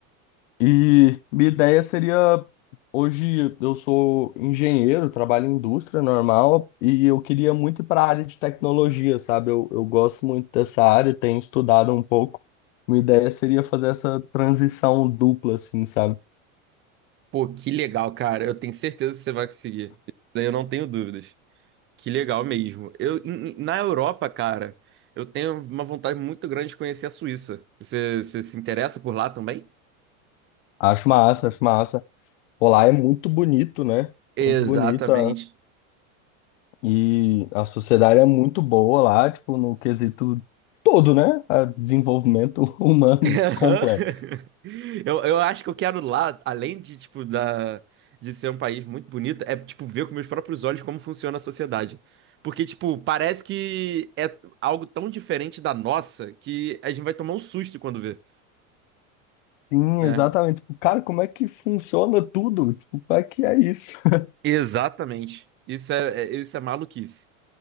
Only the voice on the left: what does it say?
E minha ideia seria, hoje eu sou engenheiro, trabalho em indústria normal, e eu queria muito ir para a área de tecnologia, sabe? Eu, eu gosto muito dessa área, tenho estudado um pouco. Minha ideia seria fazer essa transição dupla, assim, sabe?
Acho massa, acho massa. Pô, lá é muito bonito, né?
Muito bonita. E a sociedade é muito boa lá, tipo, no quesito todo, né? A desenvolvimento <laughs> humano
completo.
Sim,
exatamente. Tipo, cara, como é que funciona tudo? Tipo, como é que é isso? <laughs>